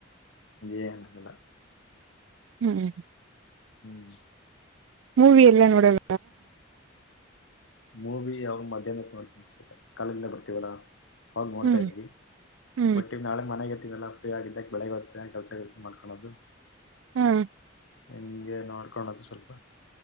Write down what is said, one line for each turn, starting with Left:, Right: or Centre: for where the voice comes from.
Left: ಏನಿಲ್ಲ
Right: ಹ್ಮ್
Left: <inaudible>
Right: ಮೂವಿ ಎಲ್ಲ ನೋಡಣ
Left: ಮೂವಿ ಯಾವಾಗ ಮಧ್ಯಾಹ್ನ ನೋತೀನಿಷ್ಟ ಕಾಲೇಜ್ಲ್ಲ ಬರ್ತೀವಲ್ಲಾ ಹೋಗ್ ನೋಡ್ತಾ
Right: ಹ್ಮ್
Left: ಇದ್ವಿ
Right: ಹ್ಮ್
Left: ಬಟ್ ಇ್ ನಾಳೆ ಮನೆಗ ಫ್ರೀ ಆಗಿದ್ದಾಗ ಬೆಳಗ್ ಬರ್ತ್ತೆ ಕೆಲ್ಸ ಕೆಲ್ಸ ಮಾಡ್ಕೊದು
Right: ಹ್ಮ್
Left: ಹೆಂಗೆ ನೋಡ್ಕೊಳದು ಸ್ವಲ್ಪ